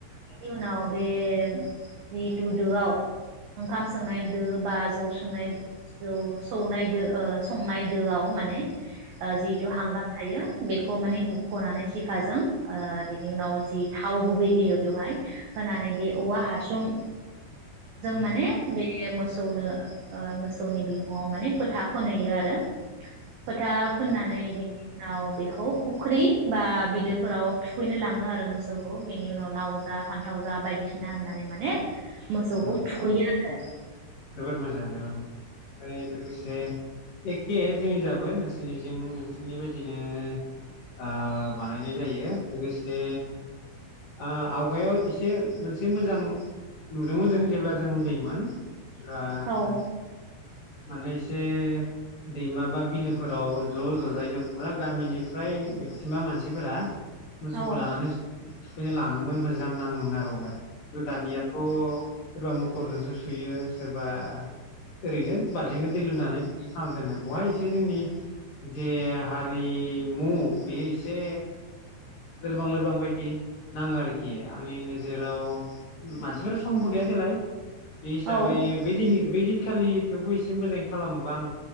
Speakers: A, on the right; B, on the left.
A: बेनि उनाव बे जिहेथु दोआव ओंखाम सोंनाय दोआव बा जौ संनाय दोआव सौनाय दो संनाय दोआव माने जिहतु हांगार थायो बेखौ माने होख'नानै सिखाजों बिनि उनाव जि थाव गुबै होयो बेवहाय होनानै बे औवा हासुं जों
B: ऊम,
A: माने बे मोसौनो मोसौनि बिखुं अ माने फोथा फोनहैयो आरो। फोथा फुननानै बे उनाव बेखौ फुख्रि बा बिलोफोराव थुखैनो लाङो आरो मोसौखौ बेनि उनाव लाव जा फान्थाव जा बायदिसिना होननानै माने मोसौखौ
B: ऊम,
A: थुखैयो। ओ
B: जोबोद मोजां जोबोद मोजां। ओमफ्राय लोगोसे एखे जोंनि जाबो नोंसोरनि जि नोंसोरनि बायदिनो ओ बानायनाय जायो लोगोसे ओ आवगायाव एसे मोनसे मोजां नुदोंमोन जों जेब्ला जों उन्दैमोन। ओ
A: औ
B: मान माने एसे दैमा बा बिलोफोराव ज' ज'जायैनो फुरा गामिनिफ्राय मेक्सिमाम मानसिफोरा मोसौखौ
A: औ
B: लानानै थुखैनो लाङोमोन मोजां नाङोमोन आरो अब्लानो खिन्थु दानियाथ' सोरबा मथरजोंसो सुयो। सोरबा ओरैनो बाल्थिंखौ दै लुनानै बिदि खालाम देननाय बहाय एसे जोंनि जे हारिमु बेयो एसे लोरबां लोरबां बायदि नाङो आरोखि आंनि नोजोराव मानसिफोरा समबो गैया देलाय बे हिसाबै
A: औ
B: बिदिनो बै दिनखालि थेवबो एसे मोजाङै खालामोबा आं